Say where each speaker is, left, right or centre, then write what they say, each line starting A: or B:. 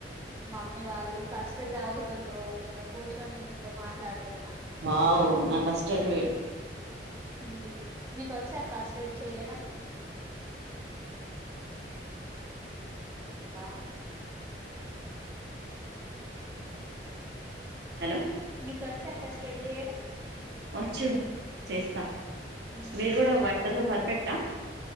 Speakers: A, on the right; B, on the right.
A: మమ్మీ వాళ్ళు కస్టర్డ్ తాగుతుండ్రు నేను కూర్చొని మీతో మాట్లాడుతున్నా
B: వావ్ నా కష్టాలు
A: హ్మ్ మీకు వచ్చా కస్టర్డ్ చేయ్యడం. లా
B: హలో
A: మీక్ వచ్చా కస్టడీ చేయ్యడం.
B: వచ్చు చేస్తా.
A: మ్మ్
B: మీరు కూడా వంటల్లో పర్ఫెట్ ట